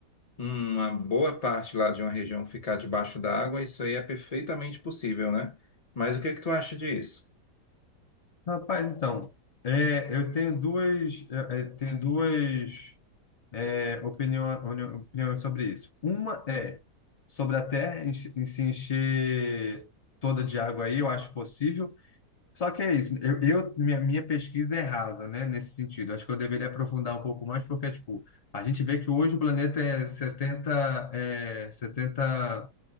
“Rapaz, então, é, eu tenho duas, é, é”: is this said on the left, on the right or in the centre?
Left